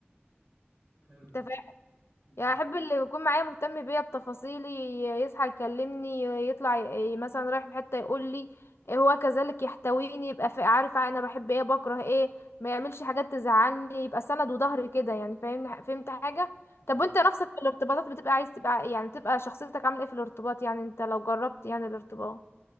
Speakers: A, on the right; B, on the left.
A: حلو
B: انت
A: امم
B: يعني احب اللي يكون معايا مهتم بيا بتفاصيلي يصحى يكلمني يطلع ي- مثلا رايح في حتة يقول لي هو كذلك يحتويني يبقى فا- عارف انا بحب ايه بكره ايه ما يعملش حاجات تزعلني يبقى سند وظهر كده يعني فاهمني فهمت حاجة
A: حلو
B: طب وانت نفسك في الارتباطات بتبقى عايز تبقى يعني تبقى شخصيتك عاملة ايه في الارتباط يعني انت لو جربت يعني الارتباط